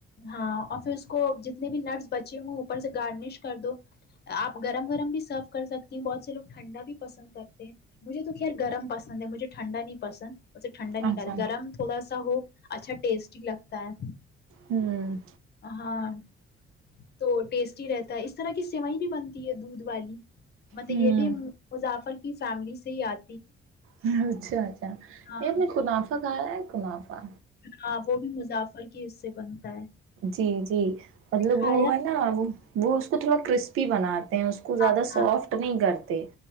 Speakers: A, on the left; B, on the right.
A: ہاں اور پھر اس کو جتنے بھی نٹس بچے ہوں اوپر سے گارنش کر دو آپ گرم گرم بھی سرو کر سکتی ہ بہت سے لوگ ٹھنڈا بھی پسند کرتے ہیں مجھے تو خیر گرم پسند ہے مجھے ٹھنڈا نہیں پسند اسے ھنڈا
B: اچھا
A: نہیں کر گرم تھوڑا سا ہو اچھا ٹیسٹی لگتا ہے
B: ہوں
A: ہاں تو ٹیسٹیٹی رہتا ہے اس طرح کی سوئ بھی بنتی ہے دودھ والی مطلب
B: ہوں
A: یہ بھی مضافر کی فیملی سے یاد
B: اچھا اچھا
A: ہاں
B: یہ اپ نے خنافع کہا ہے کنافع
A: ہاں وہ بھی مظافر کے حص سے بنتا ہے
B: جی جی مطلب
A: کھایا
B: وہ ہے نا وہ اس کو تھوڑا کرسپ فی بنات اس کو زیادہ
A: ہاں
B: سافٹ
A: ہاں
B: نہیں کرتے